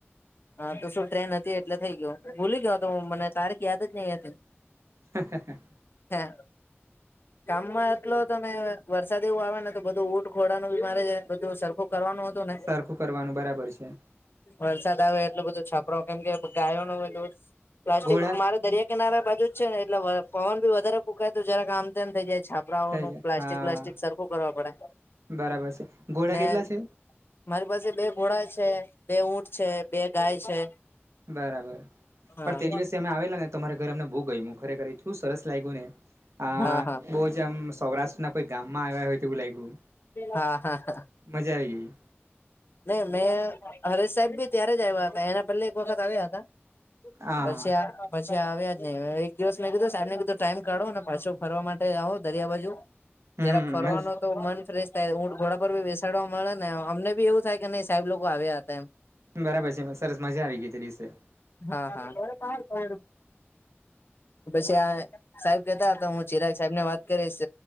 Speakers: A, on the left; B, on the right.
A: હા તો શું ટ્રેન હતી એટલે થઇ ગયો ભૂલી ગયો તો મને તારીખ યાદ જ નહી હતી
B: હ
A: હ કામમાં એટલો તમે વરસાદ એવું આવે ને તો બધું ઊટ ખોળનું બી મારે બધું સરખું કરવાનું હતું ને
B: સરખું કરવાનું બરાબર છે.
A: વરસાદ આવે. એટલું બધું છાપરો કેમ કે ગાયો નો હોય. પ્લાસ્ટિક
B: ઘોડા
A: મારે દરિયા. કિનારા બાજુ જ છે ને, એટલે પવન બી વધારે કૂકાય. તોું જરાક આમ તેમ થઈ જાય છાપ. કપરાઓ
B: થઈ
A: નું
B: જાય
A: પ્લાસ્ટિક
B: હા
A: વ્લાસ્ટિક સરખું કરવા પડે
B: બરાબર છે ઘોડા
A: ને.
B: કેટલા છે
A: મારી પાસે બે ઘોડા છે, બે ઊંટ છે, બે ગાય છે.
B: બરાબર.
A: હા
B: પણ તે દિવસે અમે આવેલા ને, તમારે ઘર અમને બહુ ગમ્યું. ખરેખર એટલુ સરસ લાગ્યું ને આ
A: હા હા
B: બ. જે સૌરાના કોઈ ગામમાં આવ્યા હોય, થું લાગું.
A: હા હા હા!
B: મજા આવી ગઈ.
A: નહી મેં હરેશ સાહેબ બી ત્યારે જ આવ્યા હતા. એના પહેલે. વખત આવ્યા હતા
B: હા
A: પછી. પછી આવ્યા જ નહી. એક દિવસ મેં કીધું સાહેબને કીધું ટાઈમ કાઢો ને, પાછો ફરવા માટે આવો દરિયા બાજુ.
B: હમ
A: જરાક ફરવાનું તો મન ફ્રેશ થાય. ઊંટ, ઘોડા પર બી બેસાડવા મળે ને. અમને બી એવું. સાહે કે નહી સાહેબ લોકો આવ્યા હતા એમ.
B: બરાબર છે. સરસ મજા આવી ગઈ તે દિવસે.
A: હા હા! પછી, આ સાહેબ કહતા હતા, હું ચિરાગ સાહેબ ને વાત કરીશ.